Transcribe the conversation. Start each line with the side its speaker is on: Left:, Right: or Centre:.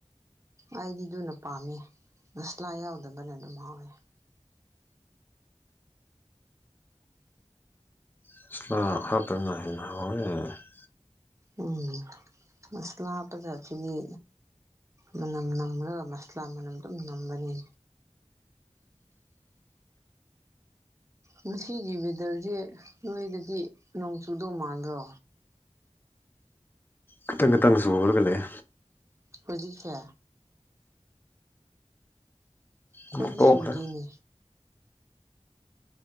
Right: ꯑꯩꯗꯤ ꯑꯗꯨꯅ ꯄꯥꯝꯃꯦ ꯃꯁꯂꯥ ꯌꯥꯎꯗꯕꯅ ꯑꯗꯨꯝ ꯍꯥꯎꯋꯦ
Left: <inaudible>
Right: ꯎꯝ ꯃꯁꯂꯥ ꯄꯖꯥꯁꯤꯗꯤ ꯃꯅꯝ ꯅꯝꯃꯒ ꯃꯁꯂꯥ ꯃꯅꯝ ꯑꯗꯨꯝ ꯅꯝꯕꯅꯤ ꯉꯁꯤꯒꯤ ꯋꯦꯗꯔꯁꯦ ꯅꯣꯏꯗꯗꯤ ꯅꯣꯡ ꯆꯨꯗꯧ ꯃꯥꯟꯗ꯭ꯔꯣ
Left: ꯎꯝ ꯈꯤꯇꯪ ꯉꯇꯪꯁꯨ ꯍꯧꯔꯒꯂꯑꯦ
Right: ꯍꯧꯖꯤꯛꯁꯦ ꯑꯩꯈꯣꯏꯒꯤꯁꯨꯗꯤꯅꯦ
Left: ꯑꯃꯨꯛ ꯇꯣꯛꯈ꯭ꯔꯦ